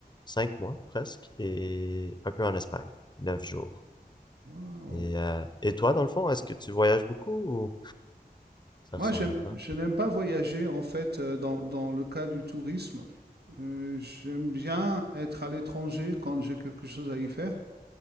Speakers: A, on the left (about 25°); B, on the right (about 85°).
A: cinq mois presque, et un peu en Espagne, neuf jours.
B: Waouh.
A: Et, euh, et toi, dans le fond, est-ce que tu voyages beaucoup ou ça
B: Moi,
A: ressemble
B: j'aime-
A: à quoi?
B: je n'aime pas voyager, en fait, euh, dans, dans le cas du tourisme. Euh, j'aime bien être à l'étranger quand j'ai quelque chose à y faire.